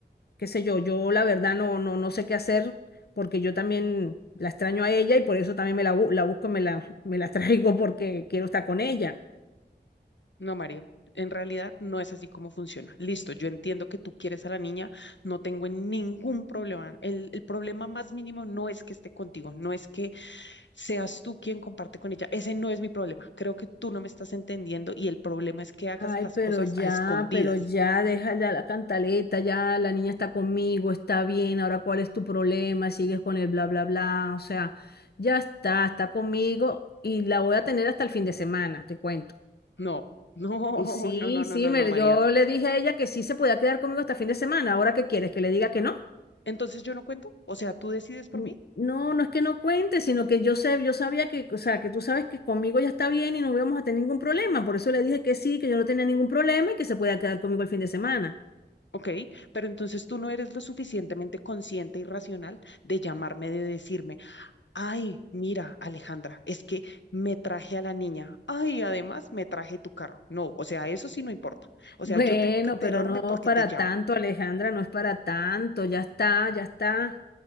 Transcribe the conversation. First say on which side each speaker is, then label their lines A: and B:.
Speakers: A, on the left; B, on the left.
A: qué sé yo, yo la verdad no, no, no sé qué hacer porque yo también la extraño a ella y por eso también me la, bu- la busco, me la, <laughs> me la traigo porque quiero estar con ella.
B: no, Mario. En realidad no es así como funciona. Listo, yo entiendo que tú quieres a la niña, no tengo ningún problema. El, el problema más mínimo no es que esté contigo, no es que seas tú quien comparte con ella. Ese no es mi problema. Creo que tú no me estás entendiendo y el problema es que hagas
A: Ay,
B: las
A: pero
B: cosas
A: ya,
B: a escondidas.
A: pero ya, déjala la cantaleta, ya la niña está conmigo, está bien, ahora cuál es tu problema, sigues con el bla, bla, bla, o sea, ya está, está conmigo y la voy a tener hasta el fin de semana, te cuento.
B: No, no,
A: Y sí,
B: <laughs> no, no, no,
A: sí,
B: no,
A: me,
B: no, María.
A: yo le dije a ella que sí se podía quedar conmigo hasta el fin de semana, ¿ahora qué quieres? ¿Que le diga que no?
B: Entonces yo no cuento, o sea, tú decides por
A: N-
B: mí.
A: No, no es que no cuente, sino que yo sé, yo sabía que, o sea, que tú sabes que conmigo ya está bien y no íbamos a tener ningún problema. Por eso le dije que sí, que yo no tenía ningún problema y que se podía quedar conmigo el fin de semana.
B: Ok, pero entonces tú no eres lo suficientemente consciente y racional de llamarme, de decirme, ay, mira, Alejandra, es que me traje a la niña, ay, además me traje tu carro. No, o sea, eso sí no importa. O
A: Bueno,
B: sea, yo tengo que enterarme
A: pero no
B: porque
A: es para
B: te llamo.
A: tanto, Alejandra, no es para tanto, ya está, ya está.